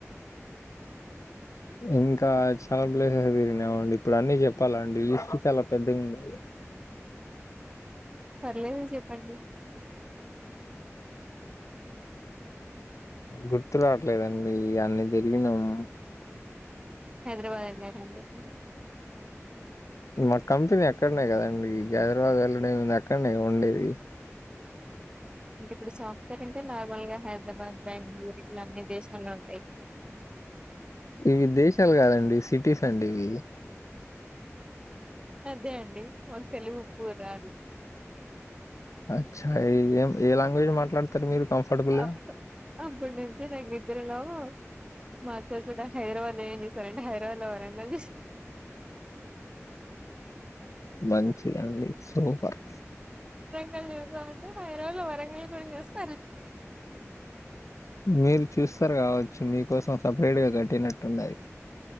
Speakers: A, on the left; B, on the right.
A: ఇంకా చాలా ప్లేసెస్ తిరినామండి ఇప్పుడు అన్నీ చెప్పాలండి లిస్ట్ చాలా పెద్దగుంది
B: పర్లేదు చెప్పండి
A: గుర్తు రావట్లేదండి అన్ని తిరిగినమ్
B: హైదరాబాద్ వెళ్లారండి ప్
A: మా కంపెనీ అక్కడనే కదండి హైదరాబాద్ వెళ్ళడు ఏం ఉంది అక్కడనే కద ఉండేది
B: అంటే ఇప్పుడు సాఫ్ట్‌వేర్ అంటే నార్మల్ గా హైదరాబాద్ బెంగళూరు ఇట్లా విదేశాల్లో ఉంటాయ్
A: ఇవి దేశాల్ కాదండి సిటీస్ అండి ఇవి
B: అదే అండి మాక్ తెలుగు ఉప్పు రాదు
A: అచ్చా ఏం ఏ లాంగ్వేజ్ మాట్లాడుతారు మీరు కంఫర్టబుల్
B: అప్
A: గా
B: అప్పుడి నుంచి నేం నిద్రలో మా అక్క కూడా హైదరాబాద్ లో ఏం చేస్తారంటే హైదరాబాద్ లో వరంగల్
A: మంచిదండి సూపర్
B: నెను చూసా అండి హైద్రాబాద్ లో వరంగల్ గురించి చూస్తా
A: మీర్ చూస్తారు కావచ్చు మీకోసం సపరేట్ గా కట్టినట్టున్నది